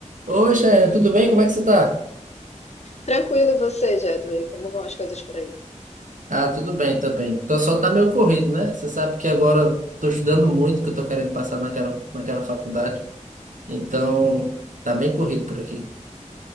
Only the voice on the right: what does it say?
Oi, Chayane, tudo bem? Como é que você tá?
Ah, tudo bem também. Então só tá meio corrido, né? Você sabe que agora eu tô estudando muito, que eu tô querendo passar naquela, naquela faculdade. Então, tá bem corrido por aqui.